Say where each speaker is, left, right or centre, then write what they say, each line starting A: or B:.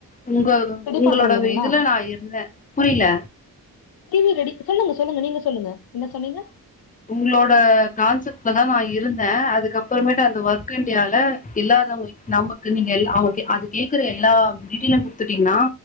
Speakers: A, on the left; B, on the left.
A: உங்க உங்களோட
B: பண்றோ இல்லைங்களா
A: இதுல நா இருந்தன் புரியில
B: டிவி ரெடி சொல்லுங்க சொல்லுங்க நீங்க சொல்லுங்க என்ன சொன்னீங்க
A: உங்களோட கான்செப்ட்லதா நா இருந்தேன் அதுக்கப்புறமேட்டு அந்த ஒர்க் இண்டியால எல்லாதவங்க நமக்கு நீங்க அவங்க அது கேக்குற எல்லா மெட்டீரியலும் குடுத்துட்டீங்கன்னா